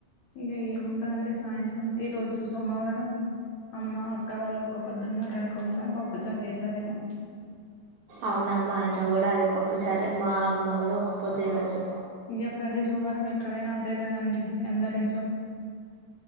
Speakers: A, on the left; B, on the right.
A: ఇగ ఏముంటదండి సాయంత్రం ఈరోజు సోమవారం అమ్మ అక్క వాళ్ళ ఒక పొద్దున్నారనుకుంటా పప్పు చారు చేసారేమో
B: అవునా మా ఇంట్లో గూడా అదే పప్పుచారే మా అమ్మ గూడా ఒక పొద్దు ఈరోజు
A: ఇక ప్రతి సోమవారం ఎక్కడైనా అదే గదండి అందరి ఇం